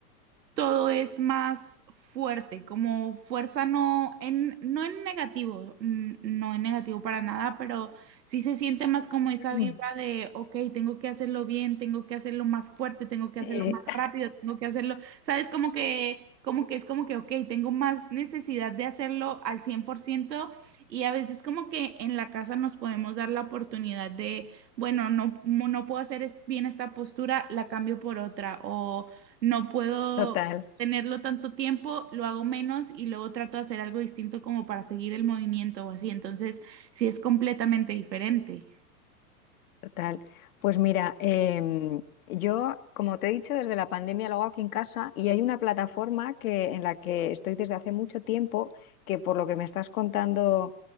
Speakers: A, on the right (about 80°); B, on the left (about 55°).
A: todo es más fuerte, como fuerza no en, no en negativo, n- no en negativo para nada, pero sí se siente más como esa
B: <clears throat>
A: vibra de, ok, tengo que hacerlo bien, tengo que hacerlo más fuerte, tengo que
B: Sí,
A: hacerlo más rápido, tengo que hacerlo, ¿sabes? Como que, como que es como que, ok, tengo más necesidad de hacerlo al cien por ciento y a veces como que en la casa nos podemos dar la oportunidad de, bueno, no, no puedo hacer es- bien esta postura, la cambio por otra o... No puedo,
B: total.
A: tenerlo tanto tiempo, lo hago menos y luego trato de hacer algo distinto como para seguir el movimiento o así. Entonces, sí es completamente diferente.
B: Total. Pues mira, em, yo, como te he dicho, desde la pandemia lo hago aquí en casa y hay una plataforma que, en la que estoy desde hace mucho tiempo, que por lo que me estás contando,